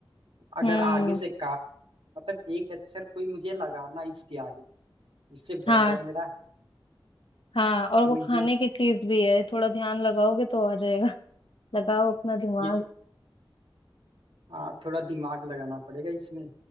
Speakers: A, on the right; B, on the left.
A: अगर
B: हम्म
A: आगे से काट मतलब एक अक्षर कोई मुझे लगाना है इसके आगे इससे
B: हाँ
A: बन जाए मेरा
B: हाँ और
A: तो
B: वो
A: ये
B: खाने की चीज भी है थोड़ा ध्यान लगाओगे तो आ जाएगा लगाओ अपना दिमाग
A: ये हाँ थोड़ा दिमाग लगाना पड़ेगा इसमें